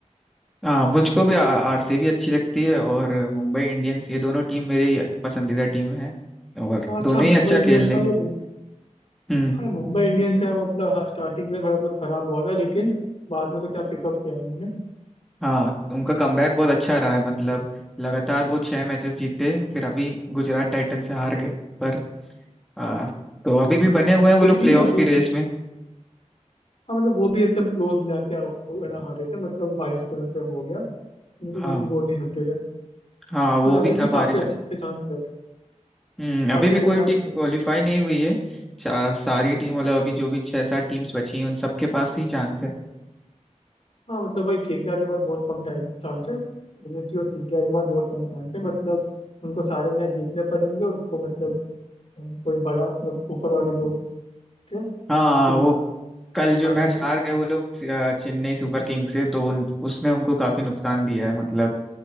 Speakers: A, in the centre; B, on the left (about 55°).
A: हाँ मुझको भी आरसीबी अच्छी लगती है और मुंबई इंडियंस ये दोनों टीम मेरी पसंदीदा टीम है और
B: हाँ
A: दोनों
B: अच्छा
A: ही
B: मुंबई
A: अच्छा
B: इंडियंस
A: खेल रही
B: हाँ ये मुं-
A: हम्म
B: हाँ मुंबई इंडियंस है मतलब हाँ स्टार्टिंग में थोड़ा बहुत खराब हुआ था लेकिन बाद में तो क्या पिकअप किया उन्होंने
A: हाँ उनका कमबैक बहुत अच्छा रहा है मतलब लगातार वो छह मैचेस जीते फिर अभी गुजरात टाइटन से हार गए पर आ, तो अभी भी
B: अ, मतलब
A: बने हुए हैं
B: फिर
A: वो लोग प्लेऑफ
B: भी अभी
A: की रेस में
B: हाँ मतलब वो भी एकदम क्लोज जाके आ- ना हारे थे मतलब वो बारिश की वजह से वो हो गया नहीं तो
A: हाँ
B: कुछ भी बोल नहीं सकते थे
A: हाँ वो
B: बट अभी
A: भी
B: भी
A: था
B: काफी
A: बारिश
B: अच्छे चांस लग रहे हैं
A: हम्म
B: काफी
A: अभी भी
B: अच्छा
A: कोई
B: चांस
A: टीम क्वालिफाई
B: लग रहे हैं
A: नहीं हुई है चा- सारी टीम मतलब अभी जो भी छह सात टीम्स बची हैं उन सबके पास ही चांस है
B: हाँ मतलब भाई केकेआर के पास बहुत कम टाइम चांस है एलएसयू और केकेआर के पास बहुत कम चांस है मतलब उनको सारे मैच जीतने पड़ेंगे और उसको मतलब अ, कोई बड़ा अ, ऊपर वाले जो थे
A: हाँ
B: सी
A: वो कल जो मैच
B: ये चीज
A: हार गए वो लोग अ, चेन्नई सुपर किंग्स से तो उन, उसने उनको काफी नुकसान दिया है मतलब